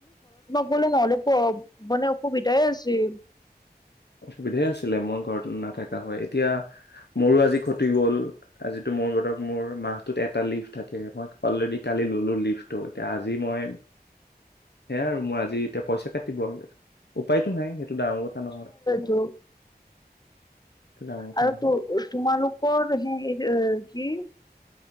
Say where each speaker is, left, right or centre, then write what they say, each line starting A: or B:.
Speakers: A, on the left (about 25°); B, on the left (about 85°).
A: বোলে নহ'লে মানে অসুবিধাই আছিল।
B: অসুবিধাই আছিলে মই ঘৰত নাথাকা হয় এতিয়া মোৰো আজি খতি গল আজিতো মোৰ ব মোৰ মাহটোত এটা লিভ থাকে মই অলৰেডি কালি ললো লিভটো এতিয়া আজি মই সেয়াই আৰু মই আজি এতিয়া পইচা কাটিব। উপায়তো নাই সেইটো ডাঙৰ কথা নহয়।
A: ত।
B: সেইটো ডাঙৰ কথা
A: আৰু
B: নহয়
A: ত তোমালোক। তোমালোকৰ কি